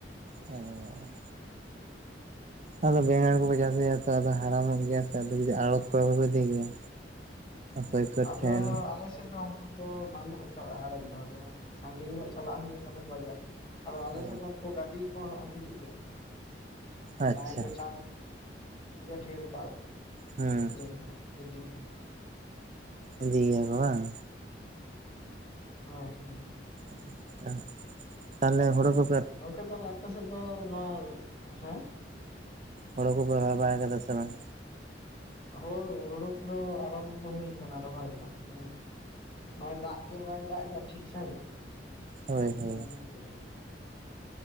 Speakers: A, on the right; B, on the left.
A: ᱚ ᱟᱫᱚ ᱵᱮᱸᱜᱟᱲ ᱠᱚᱯᱮ ᱪᱟᱥ ᱜᱮᱭᱟ ᱛᱚ ᱟᱫᱚ ᱦᱟᱲᱟᱢᱚᱜ ᱜᱮᱭᱟ ᱥᱮ ᱟᱲᱚᱛ ᱠᱚᱨᱮ ᱵᱟᱠᱚ ᱤᱫᱤ ᱜᱮᱭᱟ ᱯᱟᱹᱭᱠᱟᱹᱨ
B: ᱟᱫᱚ
A: ᱴᱷᱮᱱ
B: ᱟᱞᱮ ᱪᱮᱫ ᱫᱚ ᱚᱱᱠᱟ ᱫᱚ ᱵᱟᱹᱱᱩᱜ ᱟᱠᱟᱫᱟ ᱟᱲᱚᱛ ᱫᱚ ᱟᱫᱚ ᱥᱟᱺᱜᱤᱧ ᱧᱚᱜ ᱪᱟᱞᱟᱜ ᱦᱩᱭᱩᱜᱼᱟ ᱛᱟᱞᱮ ᱵᱟᱡᱟᱨ ᱟᱫᱚ ᱟᱞᱮ
A: ᱚ
B: ᱥᱮᱫ ᱫᱚ ᱜᱟᱹᱰᱤ ᱠᱚ ᱦᱤᱡᱩᱜ ᱜᱮᱭᱟ
A: ᱟᱪᱪᱷᱟ
B: ᱡᱟᱦᱟᱸ ᱠᱚ ᱪᱟᱥ ᱟᱫᱚ ᱰᱷᱮᱨ ᱟᱠᱷᱨᱤᱧ
A: ᱦᱮᱸ
B: ᱤᱫᱤ ᱜᱮᱭᱟ
A: ᱤᱫᱤ ᱜᱮᱭᱟ ᱠᱚ ᱵᱟᱝ
B: ᱦᱳᱭ ᱦᱳᱭ
A: ᱟᱪᱪᱷᱟ ᱛᱟᱦᱞᱮ ᱦᱩᱲᱩ ᱠᱚ
B: ᱜᱚᱝᱠᱮ ᱛᱟᱦᱞᱮ ᱟᱯᱮ ᱥᱮᱫ ᱫᱚ ᱱᱚᱶᱟ ᱦᱮᱸ
A: ᱦᱳᱲᱳ ᱠᱚᱯᱮ ᱨᱚᱦᱚᱭ ᱵᱟᱲᱟ ᱟᱠᱟᱫᱟ ᱥᱮ ᱵᱟᱝ?
B: ᱦᱳᱭ ᱦᱩᱲᱳ ᱠᱚᱫᱚ ᱟᱨᱟᱢᱵᱷᱚ ᱦᱩᱭ ᱟᱠᱟᱱᱟ ᱨᱚᱦᱚᱭ ᱫᱚ ᱟᱫᱚ ᱱᱚᱜᱼᱚᱭ ᱫᱟᱜ ᱜᱮ ᱵᱟᱭ ᱫᱟᱜ ᱮᱫᱟ ᱴᱷᱤᱠ ᱥᱟᱺᱦᱤᱡ
A: ᱦᱳᱭ ᱦᱳᱭ
B: ᱚᱱᱟᱜ ᱪᱮᱫ